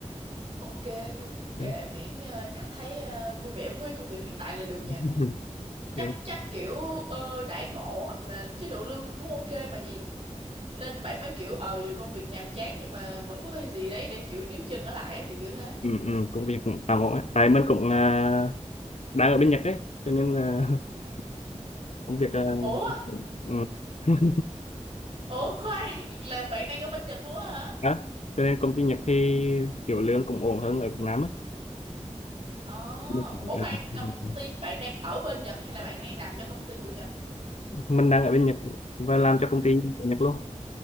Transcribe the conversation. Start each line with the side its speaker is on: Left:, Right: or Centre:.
Right: ok, thôi
Left: Ừ.
Right: kệ miễn ờ, cảm thấy ờ, vui vẻ với công việc hiện tại là được
Left: <laughs>
Right: nha. Chắc
Left: Ok.
Right: chắc kiểu ờ, đãi ngộ hoặc là chế độ lương cũng ok mà nhỉ? Nên bạn mới kiểu ờ dù công việc nhàm chán nhưng mà vẫn có cái gì đấy để kiểu níu chân ở lại á, kiểu kiểu thế.
Left: ừ, ừ, công việc cũng tạm ổn ấy. tại mình cũng à, đang ở bên Nhật ấy cho nên à, <laughs> công việc à,
Right: Ủa,
Left: ừ. <laughs>
Right: ủa khoan, <laughs> là bạn đang ở bên Nhật luôn á hả?
Left: đó cho nên công ty Nhật thì kiểu lương cũng ổn hơn ở Việt Nam á
Right: Ờ,
Left: Mình cũng-
Right: ủa khoan, công ty bạn đang ở bên Nhật hay là bạn đang làm cho công ty của Nhật?
Left: mình đang ở bên Nhật và làm cho công ty của Nhật luôn